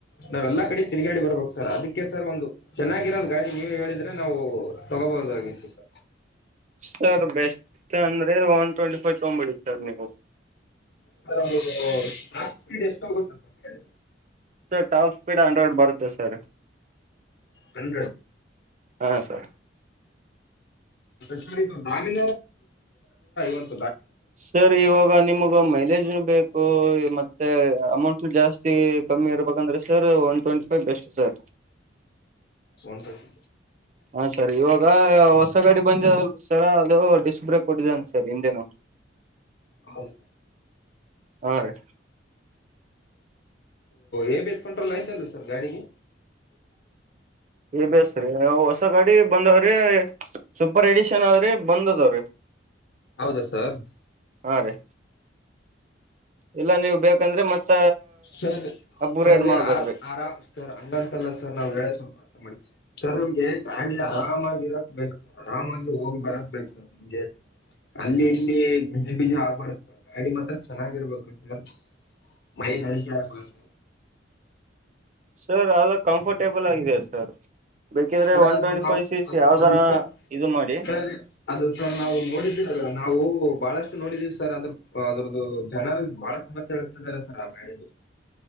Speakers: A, on the left; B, on the right.
A: ನಾವೆಲ್ಲಾ ಕಡೆ ತಿರುಗಾಡಿ ಬರ್ಬೇಕ ಸರ್ ಅದಕ್ಕೆ ಸರ್ ಒಂದು ಚೆನ್ನಾಗಿರೋದ ಗಾಡಿ ನೀವೇ ಹೇಳಿದ್ರೆ ನಾವು ತಗೋಬಹದಾಗಿತ್ತು ಸರ್
B: ಸರ್ ಬೆಸ್ಟ್ ಅಂದ್ರೆ ಒನ್ ಟ್ವೆಂಟಿ ಫೈರ್ ತಗಬಿಡಿ ಸರ್ ನೀವು
A: ಸ ಒ ಸ್ಪೀಡ್ ಎಷ್ಟೋಗುತ್ತೆ sir
B: sir top speed hundred ಬರುತ್ತೆ ಸರ್
A: ಹನ್
B: ಹಾ ಸರ್
A: ಶ್ಮಾಮೀ ೂ ಐ
B: ಸರ್ ಇವಾಗ ನಿಮ್ಗ ಮೈಲೇಜ್ ಬೇಕು ಮತ್ತೆ ಅಮೌಂಟ್ ಜಾಸ್ತಿ ಕಮ್ಮಿ ಇರ್ಬೇಕಂದ್ರೆ sir one twenty five best sir
A: one twenty
B: ಹಾ ಸರ್ ಇವಾಗ ಹೊಸ ಗಾಡಿ ಬಂದಿದಲ್ಲ ಸರ ಅದು ಡಿಸ್ಕ್ ಬ್ರೇಕ್ ಕೊಟ್ಟಿದ್ದನೆ ರಿ ಇಿಂದೇನು
A: ಹೌೌ
B: ಹಾ ರೀ
A: ಏ ಬೇಸ್ಕಂ್ರಲ್ಲ ಆಯ್ತಲ್ ಸರ್ ಗಾಡಿಗೆ
B: ಎ ಬಿ ಎಸ್ ಹೊಸ ಗಾಡಿ ಬಂದವ್ರೆ ಸೂಪರ್ ಎಡಿ ಆದ್ರೆ ಬಂದದವ್ರೀ
A: ಹೌದಾ ಸರ್
B: ಹಾ ರೀ ಇಲ್ಲ ನೀವ್ ಬೇಕಂದ್ರೆ ಮತ್ತ
A: ಸರ್
B: ಅಪ್ಗ್ರೇಡ್ ಮಾಡ್ಬೋದ್ರಿ
A: ಆರ ಸರ್ ಅಂಗಟಲ್ಲ ಸರ್ ನಾವ್ ಹೇಳೆ ಸ್ವಲ್ಪ ಅರ್ಥ ಮಾಡವಿ ಸರ್ ಅವಮ್ಗೆ ಫ್ಯಾಮ್ಲಿ ಆರಾಮಾಗಿರಕ್ ಬು ಸರ್ ಆರಾಮಾಗಿ ಹೋಗಿ ಬರಕ್ ಬೇಕು ಸರ್ ನಮ್ಗೆ ಅಲ್ಲಿ ಇಲ್ಲಿ ಬಿಜಿ ಬಿಜಿ ಆಗ್ಬಾರಡುದು ಸರ್ ಅಡಿ ಮಾತ್ರ ಚೆನ್ನಾಗಿರ್ಬೇಕು ಸರ್ ಮೈ ಅಡಿಕೆ ಆಗ್ಬಾರದು
B: ಸರ್ ಅ ಕಂಫರ್ಟ್ ಟೇಬಲ್ ಆಗ ಸರ್ ಬೇಕಿದ್ರೆ
A: ಸರ್
B: ಒನ್
A: ಅದು
B: ಟ್ವೆಂಟಿ
A: ನಾವು
B: ಫೈವ್ ಸಿ ಸಿ
A: ಅದು
B: ಯಾವ್ದಾರ
A: ಅದು ಸರ್
B: ಇದು ಮಾಡಿ
A: ಸರಿ ಅದು ಸರ್ ನಾವು ನೋಡಿದ್ದೀರಲ್ಲ ನಾವು ಬಹಳಷ್ಟು ನೋಡಿದೀವಿ ಸರ್ ಅದ್ರ ಅದ್ರದ್ದು ಜನರು ಬಾಳ ಸಮಸ್ಯೆ ಇಳ್ತಿದ್ದಾರೆ ಸರ್ ಆ ಬೆಳೆದು